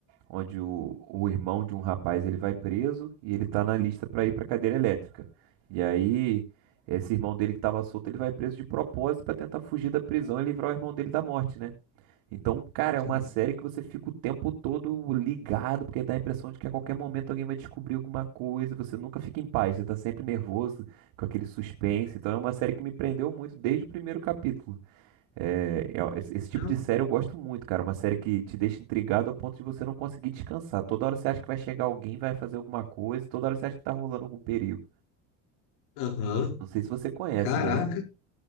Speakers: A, on the right; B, on the left.
A: onde o, o irmão de um rapaz ele vai preso e ele tá na lista para ir para cadeira elétrica. E aí esse irmão dele que estava solto, ele vai preso de propósito para tentar fugir da prisão e livrar o irmão dele da morte, né? Então, cara, é
B: Sim.
A: uma série que você fica o tempo todo ligado, porque dá a impressão de que a qualquer momento alguém vai descobrir alguma coisa, você nunca fica em paz, você tá sempre nervoso, com aquele suspense. Então, é uma série que me prendeu muito desde o primeiro capítulo. É, é, esse esse tipo
B: Não?
A: de série eu gosto muito, cara. Uma série que te deixa intrigado a ponto de você não conseguir descansar. Toda hora você acha que vai chegar alguém, vai fazer alguma coisa, toda hora você acha que tá rolando algum perigo.
B: Aham.
A: Não sei se você conhece,
B: Caraca.
A: né?